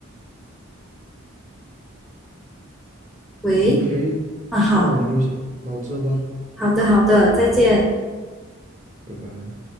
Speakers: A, in the centre; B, on the right.
A: 喂
B: OK，
A: 啊好
B: 那我们就先到这吧，
A: 好的好的再见。
B: 拜拜。